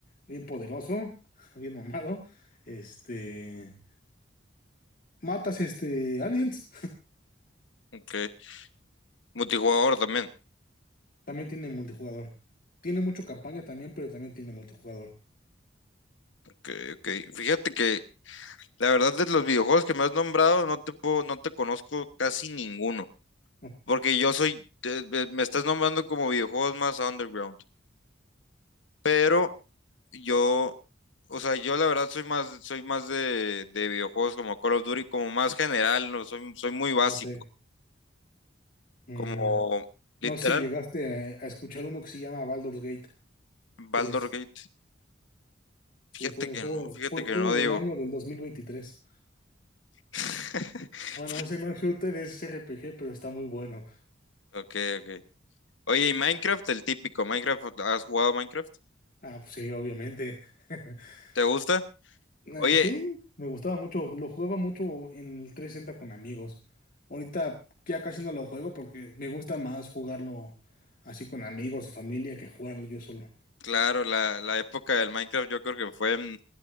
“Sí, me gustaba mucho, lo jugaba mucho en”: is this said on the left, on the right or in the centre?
Left